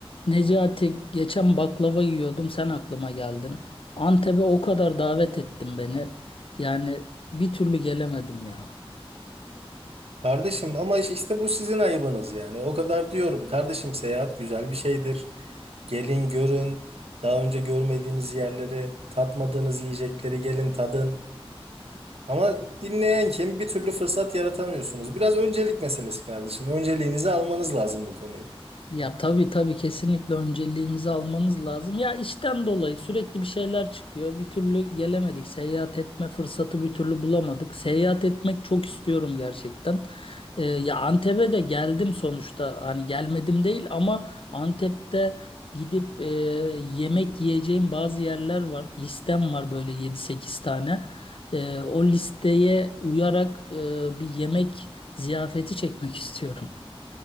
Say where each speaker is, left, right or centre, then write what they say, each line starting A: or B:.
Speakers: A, on the left (about 60°); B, on the right (about 75°).
A: Necati geçen baklava yiyordum sen aklıma geldin. Antep'e o kadar davet ettin beni. Yani bir türlü gelemedim ya.
B: Kardeşim ama işte bu sizin ayıbınız yani. O kadar diyorum. Kardeşim seyahat güzel bir şeydir. Gelin görün. Daha önce görmediğiniz yerleri, tatmadığınız yiyecekleri gelin tadın. Ama dinleyen kim? Bir türlü fırsat yaratamıyorsunuz. Biraz öncelik meselesi kardeşim. Önceliğinizi almanız lazım bu konuyu.
A: Ya tabii tabii kesinlikle önceliğimizi almamız lazım. Ya işten dolayı sürekli bir şeyler çıkıyor. Bir türlü gelemedik. Seyahat etme fırsatı bir türlü bulamadık. Seyahat etmek çok istiyorum gerçekten. Ee, ya Antep'e de geldim sonuçta. Hani gelmedim değil ama Antep'te gidip e, yemek yiyeceğim bazı yerler var. Listem var böyle yedi sekiz tane. Ee, o listeye uyarak e, bir yemek ziyafeti çekmek <laughs> istiyorum.